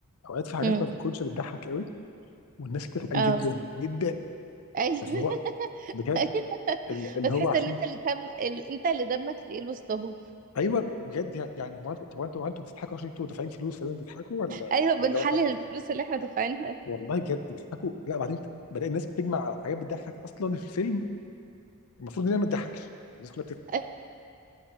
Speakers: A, on the left; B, on the right.
A: اوقات في حاجات
B: امم
A: ما بتكونش بتضحك قوي والناس بتضحك
B: اه
A: جدا جدا
B: ايوه
A: اللي
B: <laughs>
A: هو بجد
B: ايوه
A: ال- اللي
B: بتحس
A: هو عشان
B: ان انت اللي دم ال... انت اللي دمك تقيل وسطهم
A: ايوه بجد يعني هو انتوا هو انتوا هو انتوا بتضحكوا عشان انتوا دافعين فلوس فلازم تضحكوا ولا
B: ايوه بنحلل
A: ولا هو فعلا بيضحك
B: الفلوس اللي احنا دافعينها
A: والله بجد بيضحكوا لا بعدين بلاقي الناس بتجمع على حاجات بتضحك اصلا الفيلم المفروض ان هي ما تضحكش الناس كلها بتضحك
B: <laughs>